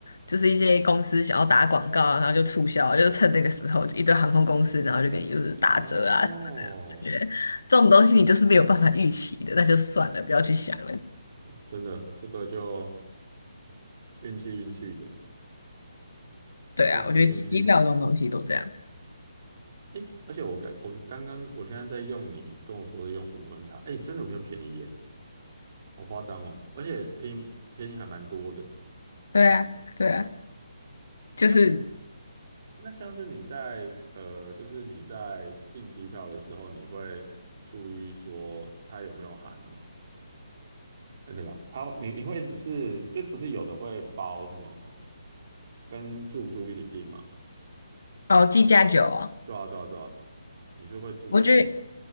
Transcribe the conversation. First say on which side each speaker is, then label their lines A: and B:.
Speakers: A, on the left (about 80°); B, on the right (about 35°).
A: 就是一些公司想要打广告啊，然后就促销啊，就趁那个时候就一堆航空公司，然后就给你就是打折啊什么的。
B: 哦，
A: 我觉得这种东西你就是没有办法预期的，那就算了，不要去想了。
B: 真的，这个就运气运气的，
A: 对啊，
B: 非常运气。
A: 我觉得机机票这种东西都这样。
B: 诶，而且我刚我刚刚我现在在用你跟我说的用无痕茶，诶，真的比较便宜耶，好夸张哦，而且便宜便宜还蛮多的。
A: 对啊，对啊，就是
B: 那是那像是你在呃，就是你在订机票的时候，你会注意说它有没有含，嗯，对吧？它你你会是就不是有的会包什么跟住宿一起订吗？
A: 哦，计价酒啊，
B: 对啊对啊对啊，你是会注意这个吗
A: 我觉得